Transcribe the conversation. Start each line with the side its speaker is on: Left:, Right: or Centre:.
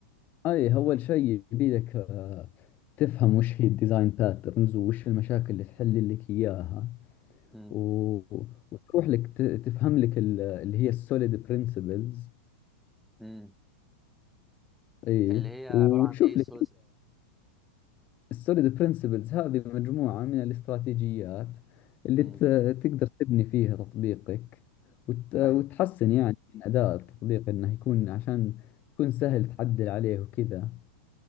Left: اي اول شيء يبي لك آه، تفهم وش هي الديزاين باترنز وش المشاكل اللي تحل لك اياها
Centre: امم
Left: و... وتروح لك ت- تفهم لك ال- اللي هي السوليد برنسبلز
Centre: امم
Left: اي
Centre: اللي هي عباره
Left: وتشوف
Centre: عن ايه السوليسيتي
Left: لك السوليد برنسبلز هذه مجموعة من الاستراتيجيات اللي
Centre: امم
Left: ت- تقدر تبني فيها تطبيقك وت- وتحسن
Centre: ايوه
Left: يعني من أداء التطبيق إنه يكون عشان يكون سهل تعدل عليه وكذا